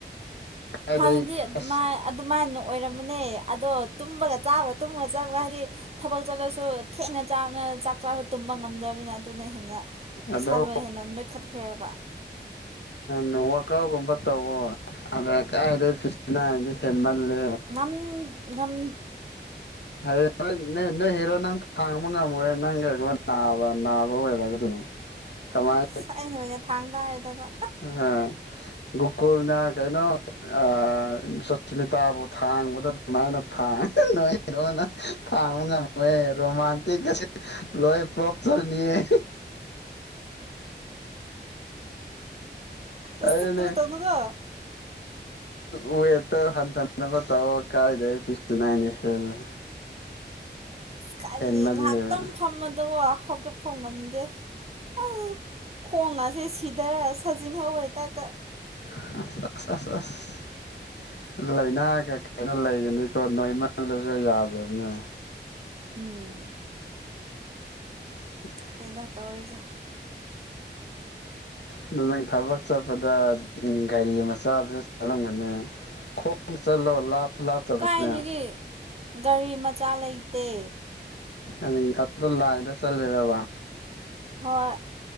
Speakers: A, on the left; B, on the right.
A: ꯀꯥꯏꯗꯩ
B: ꯍꯥꯟꯅꯗꯤ ꯑꯗꯨꯃꯥꯏ
A: ꯑꯁ
B: ꯑꯗꯨꯃꯥꯏꯅ ꯑꯣꯏꯔꯕꯅꯦ ꯑꯗꯣ ꯇꯨꯝꯕꯒ ꯆꯥꯕꯒ ꯇꯨꯝꯕꯒ ꯆꯥꯕꯒ ꯍꯥꯏꯗꯤ ꯊꯕꯛ ꯆꯠꯂꯁꯨ ꯊꯦꯡꯅ ꯆꯥꯕꯅ ꯆꯥꯛ ꯆꯥꯕ ꯇꯨꯝꯕ ꯉꯝꯗꯕꯅꯤꯅ ꯑꯗꯨꯅ ꯍꯦꯟꯅ
A: ꯑꯗ
B: ꯏꯁꯥꯗꯨ ꯍꯦꯟꯅ ꯅꯣꯏꯈꯠꯈ꯭ꯔꯦ ꯍꯥꯏꯕ
A: ꯅ ꯋꯥꯛ ꯑꯥꯎꯠꯀꯨꯝꯕ ꯇꯧꯋꯣ ꯑꯗ ꯀꯥꯏꯗꯩ ꯐꯤꯁꯤꯅꯥ ꯍꯥꯏꯗꯤ ꯍꯦꯟꯃꯜꯂꯦ
B: ꯉꯝ ꯉꯝ
A: ꯍꯌꯦꯡ ꯅ ꯅ ꯅꯣꯏ ꯍꯔꯣ ꯅꯪ ꯍꯥꯡꯕ ꯉꯝꯃꯣꯏ ꯅꯪ ꯀꯩꯒꯨꯝꯕ ꯅꯥꯕ ꯅꯥꯕ ꯑꯣꯏꯔꯒꯗꯤ <unintelligible> ꯀꯃꯥꯏ
B: ꯑꯁ ꯑꯩꯅ ꯑꯣꯏꯅ ꯊꯥꯡ ꯇꯥꯔꯦꯗꯕ
A: ꯎꯝ <unintelligible> ꯨꯒꫭꯀꯨꯜꯅꯥ ꯀꯩꯅꫭ ꯑꯥ ꯁꯨꯁꯃꯤꯇꯥ ꯕꯨ ꯊꯥꯥꯡꯕꯗ ꯃꯃꯥꯏꯅ ꯐꯥ ꯅꯣꯏ <unintelligible> ꯍ‌ꯦꯔꫭꯅ ꯊꯥꯡꯕ ꯉꯝꯏꯌ‌ꯦꯃꫭ ꯔꯣꯃꯥꯟꯇꯤꯛ ꯀꯁꯤ ꯂꯣꯏ ꯐꯂꫭꯞ ꯆꯠꯂꯅꯤꯌ‌ꯦ
B: ꯎꯁꯤꯠꯇꯕ
A: ꯑꯗꯨꯅꯦ
B: ꯇꯧꯅꯨꯀꯣ
A: ꯎꯋꯦ <unintelligible> ꯇꯣ ꯍꯥꯟ ꯊꯅ ꯄ ꯇ ꯀꯥꯏꯗ ꯄꯅꯤ ꯍꯦꯜꯂ
B: ꯀꯔꯤ
A: ꯍꯦꯟꯃꯜꯂꯦꯕ
B: ꯉꯥꯏꯍꯥꯛꯇꯪ ꯐꯝꯃꯗꯣ ꯍꯧꯒꯠꯐꯝ ꯉꯝꯗꯦ ꯑ ꯈꯣꯡ ꯑꯁꯦ ꯁꯤꯊꯔ ꯁꯥꯖꯤꯟꯍꯧꯦ ꯇꯥꯏꯞꯇ
A: ꯑ ꯑ ꯑꯁ ꯑ ꯂꯥꯏꯅꯥ ꯀ ꯀꯩꯅ ꯂꯩꯒꯅꯤꯀꯣ ꯅꯣꯏꯃꯜꯂꯁꯨ ꯌꯥꯗꯕꯅꯦ
B: ꯎꯝ
A: <unintelligible>
B: ꯁꯤꯗ ꯇꯧꯔꯤꯁꯦ
A: ꯑꯗ ꯅꯪ ꯊꯕꯛ ꯆꯠꯄꯗ ꯒꯥꯔꯤ ꯃꯆꯥꯗꯨꯗ ꯆꯠꯂꯝꯒꯅꯤ ꯈꯣꯡ ꯆꯠꯂꯣ ꯂꯥꯞꯁꯨ ꯂꯥꯞꯇꯕꯅꯦ
B: ꯀꯥꯏꯗꯒꯤ ꯒꯥꯔꯤ ꯃꯆꯥ ꯂꯩꯇꯦ
A: ꯑ ꯑꯗꯨ ꯂꯥꯏꯗ ꯆꯠꯂꯦꯔꯕ
B: ꯍꯣꯏ